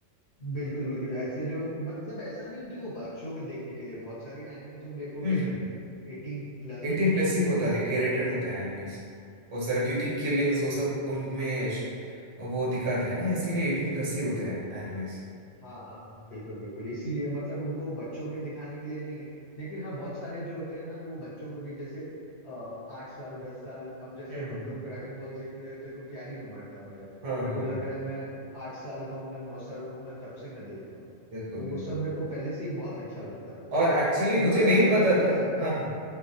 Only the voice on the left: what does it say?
बिल्कुल बिल्कुल ऐसे जो मतलब ऐसा नहीं कि वो बच्चों के देखने के लिए बहुत सारे एनिमे तुम देखोगे
एटीन प्लस
है
हाँ हाँ हाँ बिल्कुल बिल्कुल इसीलिए मतलब उनको बच्चों के दिखाने के लिए नहीं है लेकिन हाँ बहुत सारे जो होते हैं ना वो बच्चों को भी जैसे अ, आठ साल दस साल अब जैसे
हम
लोग ड्रैगन बॉल देख रहे थे तो क्या ही उम्र था मेरा
मेरे
को लग
रहा है मैं आठ साल का हूँगा नौ साल का हूँगा तब से मैं देख रहा हूँ
तो
वो सब मेरे को पहले से ही बहुत अच्छा लगता था
चलो
यार
मैं
थोड़ा
चलता
हूँ